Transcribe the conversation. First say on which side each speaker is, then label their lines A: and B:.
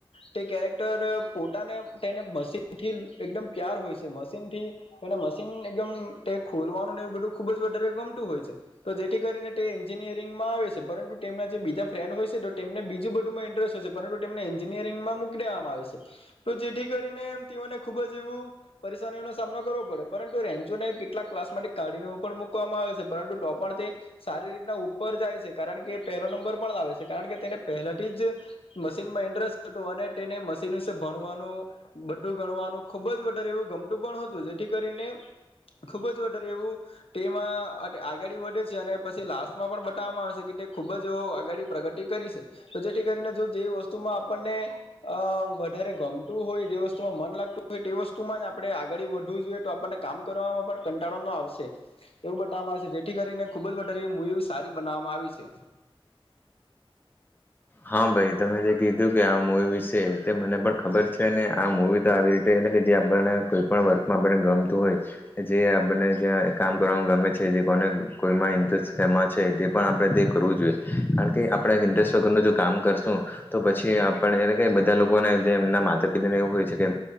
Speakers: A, on the left (about 75°); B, on the left (about 20°).
A: તે ચારેક્ટર પોતાને તેને મશનથી, એક દમ પ્યાર હોય છે, મશીન થી. તેને મશીન એકદમ તે ખોલવાનુ ને એવું બધું ખુબ જ વધારે ગમતું, હોય છે. તો જેથી કરીને તે એન્જિનિયરિંગમા આવે છે, પરંતુ તેમના જે બીજા ફ્રેન્ડ હોય છે, તો તેમને બીજું બધુંમા પરંતુ તેમને એન્જિનિયરિંગમાં મોક દેવામાં આવે છે, તો જેથી કરીને એમ તેઓને ખુબ જ એવું પરેશાનીઓનોો સામનો કરવો, પડે પરંતુ રેન્ચોને કેટલાક ક્લાસ માટે કાઢીને પણ મકવામાં આવે છે, પરંતુો પણ તે સારી રીતના ઉપર જાય છે, કારણ કે પહેલો નંબર પણ લાવે છે, કારણ કે તેને પહેલાથી જ. મશીનમાં ઇન્ટરેસ્ટ હતું, અને તેને મશીન વિશે ભણવાનુ બધું ગણવાનુ ખુબ જ એવુ ગમતુ પણ હતુ, જેથી કરીને ખુબ જ વધારે એવુ તેમાં આગળ વધે છે, અને પછી લાસ્ટમાં પણ બતાવવામાં આવે છે, કે ખૂબ જ આગડી પ્રગતિ કરી છે, તો જેથી કરીને જો, જે વસ્તુમાં આપણને એ. વધારે ગમતું હોય જે વસ્તુમાં મન લાગતું હોય તે વસ્તુ માં જ આપણે આગાડી વધવું જોઈએ તો આપણને કામ કરવામાં પણ કંટાળો ન આવશે એવું બતાવવામાં આવશે જેથી કરીને ખુબ જ વધારે મુવી સારી બનાવવામાં આવી છે.
B: હા ભાઈ તમે જે કીધું કે આ મુવી વિશે તે મને પણ ખબર છે ને આ મુવી તો આવી રીતે કે જે આપણને કોઈ પણ વર્કમાં આપને ગમતું હોય જે આપણને કામ કરવાનું ગમે છે કોઈમાં ઇન્ટરેસ્ટ એમાં છે તે પણ આપણે કરવું જોઈએ કારણ કે આપણે ઇન્ટરેસ્ટ <unintelligible> કામ કરશું તો પછી આપડે એટલે કે બધા લોકોને એમના માતા પિતા ને એવું હોય છે કે